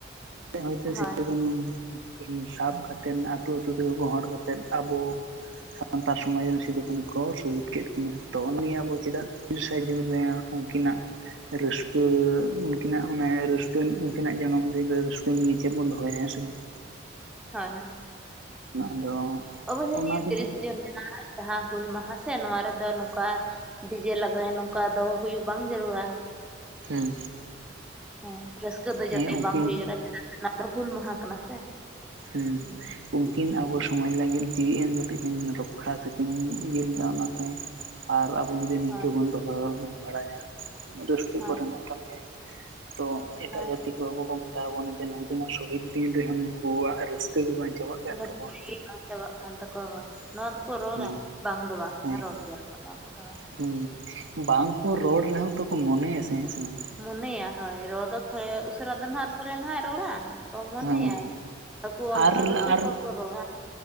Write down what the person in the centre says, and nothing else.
ᱦᱳᱭ
ᱦᱳᱭ
ᱦᱳᱭ ᱦᱳᱭ
ᱚᱵᱚ ᱵᱚᱱ
ᱠᱮᱭᱟ
ᱛᱤᱨᱤᱥᱮ ᱡᱩᱱ ᱡᱟᱸᱦᱟ, ᱡᱟᱦᱟᱸ ᱦᱩᱞ ᱢᱟᱦᱟᱸ ᱥᱮ ᱱᱚᱣᱟ ᱨᱮᱫᱚ ᱱᱚᱝᱠᱟ ᱰᱤᱡᱮ ᱞᱟᱜᱲᱮ ᱱᱚᱝᱠᱟ ᱫᱚ ᱦᱩᱭᱩᱜ ᱵᱟᱝ ᱡᱟᱨᱩᱲᱟ᱾
ᱦᱮᱸ ᱨᱟᱹᱥᱠᱟᱹ ᱫᱚ
ᱡᱟᱛᱮ
ᱵᱟᱝ ᱦᱩᱭᱩᱜ ᱡᱟᱨᱩᱲᱟ ᱪᱮᱫᱟᱜ ᱥᱮ ᱚᱱᱟ ᱫᱚ ᱦᱩᱞ ᱢᱟᱦᱟᱸ ᱠᱟᱱᱟ ᱥᱮ᱾
ᱦᱩᱸ
ᱦᱳᱭ
ᱦᱮᱸ
ᱦᱮᱸ
ᱨᱟᱹᱥᱠᱟᱹ
ᱜᱮ ᱵᱟᱝ ᱪᱟᱵᱟᱜ ᱠᱟᱱ ᱛᱟᱠᱚᱣᱟ ᱦᱳᱭ ᱱᱚᱣᱟ ᱫᱚ, ᱠᱚ ᱨᱚᱲᱟ
ᱵᱟᱝ ᱫᱚ ᱵᱟᱝᱟ
ᱨᱚᱲ ᱜᱮᱭᱟ ᱠᱚ ᱱᱚᱣᱟ ᱠᱚᱫᱚ᱾
ᱢᱚᱱᱮᱭᱟ ᱦᱳᱭ ᱨᱚᱲ ᱫᱚ ᱛᱷᱚᱲᱮ ᱩᱥᱟᱹᱨᱟ ᱫᱚ ᱱᱟᱦᱟᱜ ᱛᱷᱚᱲᱮ ᱱᱟᱦᱟᱜ ᱨᱚᱲᱟ, ᱛᱚ ᱢᱚᱱᱮᱭᱟᱭ
ᱟᱠᱩ ᱚᱱᱛᱚᱨ
ᱨᱮᱠᱚ
ᱛᱷᱚ ᱠᱚ ᱨᱚᱲᱟ᱾